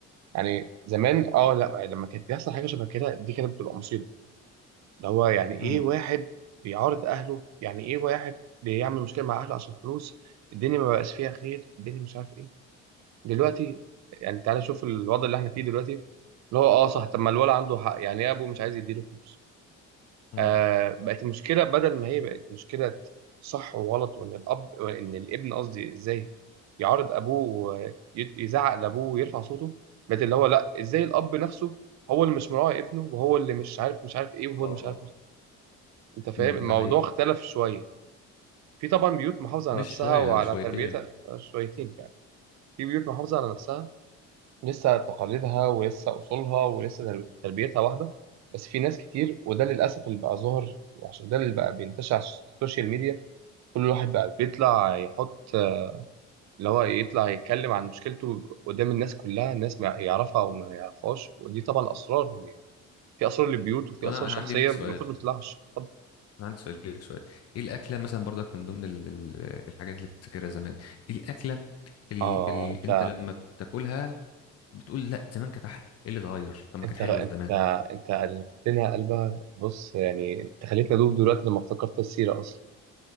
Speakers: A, on the right (about 65°); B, on the left (about 55°).
A: يعني زمان اه لا يعني لما كانت بيحصل حاجه شبه كده دي كانت بتبقى مصيبه اللي هو يعني ايه
B: امم
A: واحد بيعارض اهله يعني ايه واحد بيعمل مشكله مع اهله عشان فلوس الدنيا ما بقاش فيها خير الدنيا مش عارف ايه دلوقتي يعني تعالى شوف الوضع اللي احنا فيه دلوقتي اللي هو اه صح طب ما الولد عنده حق يعني ايه ابوه مش عايز يديله فلوس
B: امم
A: آه بقت المشكله بدل ما هي بقت مشكله صح وغلط وان الاب وان الابن قصدي ازاي يعارض ابوه ويزعق لابوه ويرفع صوته بقت اللي هو لا ازاي الاب نفسه هو اللي مش مراعي ابنه وهو اللي مش عارف مش عارف ايه وهو
B: اه
A: اللي مش عارف انت فاهم
B: امم
A: الموضوع
B: ده حقيقي
A: اختلف شويه في طبعا بيوت محافظه
B: مش
A: على نفسها
B: شويه
A: وعلى
B: ده شويتين
A: تربيتها آه، شويتين يعني في بيوت محافظه على نفسها لسه تقاليدها ولسه اصولها ولسه ترب- تربيتها واحده بس في ناس كتير وده للاسف اللي بقى ظاهر وعشان ده اللي بقى بينتشر على السوشيال ميديا كل واحد بقى بيطلع يحط اللي هو يطلع يتكلم عن مشكلته قدام الناس كلها الناس ما يعرفها او ما يعرفهاش ودي طبعا اسرار يعني في اسرار للبيوت وفي
B: طب
A: اسرار
B: انا انا
A: شخصيه
B: عندي ليك سؤال
A: المفروض ما تطلعش اتفضل.
B: انا عندي سؤال ليك سؤال ايه الاكله مثلا برضك من ضمن ال... ال- الحاجات اللي بتفتكرها زمان ايه الاكله اللي
A: اه
B: ال...
A: انت
B: انت لما بتاكلها بتقول لا زمان كانت احلى ايه اللي اتغير طب ما
A: انت
B: كانت حلوه
A: انت
B: زمان
A: انت قلبتنا قلبها بص يعني انت خليتني ادوب دلوقتي لما افتكرت السيره اصلا